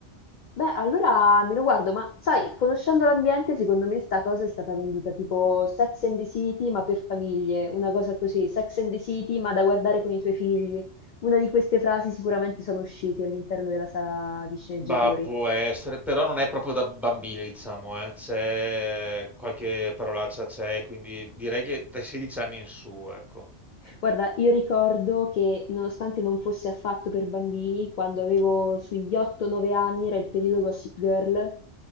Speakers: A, on the left; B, in the centre.
A: Beh, allora me lo guardo, ma sai, conoscendo l'ambiente, secondo me sta cosa è stata venduta tipo Sex and the City, ma per famiglie, una cosa così, Sex and the City, ma da guardare con i tuoi figli. Una di queste frasi sicuramente sono uscite all'interno della sala di sceneggiatori.
B: Bah, può essere, però non è proprio da bambini, diciamo, eh. C'è qualche parolaccia, c'è, quindi direi che dai 16 anni in su, ecco.
A: Guarda, io ricordo che nonostante non fosse affatto per bambini, quando avevo sugli 8-9 anni era il periodo Gossip Girl